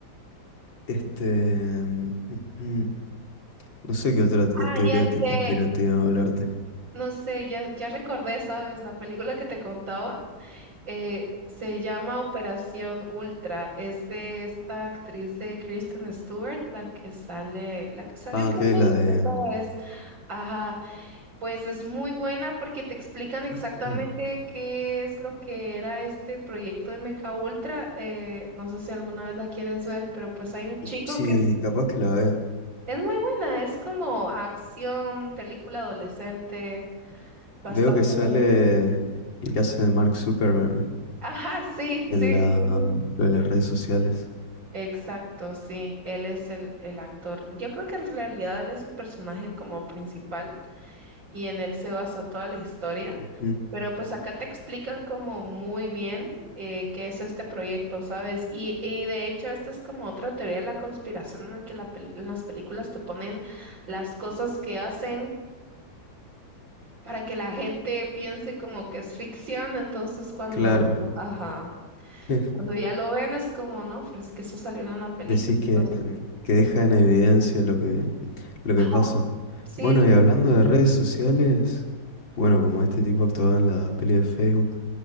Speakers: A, on the left; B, on the right.
A: Este... mm, mm, mm. No sé qué otra co-
B: Ah,
A: teoría
B: ya
A: te-
B: sé.
A: conspirativa hablarte.
B: No sé, ya, ya recordé, ¿sabes? La película que te contaba eh, se llama Operación Ultra. Es de esta actriz de Kristen Stewart, la que sale, la que salió
A: Ah,
B: en Crepúsculo,
A: que la de...
B: ¿sabes? Ajá. Pues es muy buena porque te explican exactamente
A: <clears throat>
B: qué es lo que era este proyecto de Mecha Ultra. eh, no sé si alguna vez la quieres ver, pero pues hay un chico
A: Sí,
B: que
A: capaz que la vea.
B: es muy buena, es como acción, película adolescente, bastante
A: Veo que sale
B: buena.
A: el caso de Mark Zuckerberg. ¿no?
B: Ajá, sí, sí,
A: en la,
B: sí,
A: mm,
B: sí.
A: lo de las redes sociales.
B: Exacto, sí, él es el, el actor. Yo creo que en realidad él es el personaje como principal. y en él se basa toda la historia.
A: Ujú,
B: Pero pues acá te explican como muy bien eh, qué es este proyecto, ¿sabes? Y, y de hecho esta es como otra teoría de la conspiración en la que la pel- en las películas te ponen las cosas que hacen para que la gente piense como que es ficción. Entonces cuando,
A: Claro,
B: ajá,
A: <laughs>
B: cuando ya lo ven es como, no, pero es que eso salió en una película.
A: decís que,
B: Entonces,
A: que deja en evidencia lo que, lo que
B: ah,
A: pasa.
B: sí,
A: Bueno, y hablando de redes sociales, bueno, como este tipo actuaba en la peli de Facebook,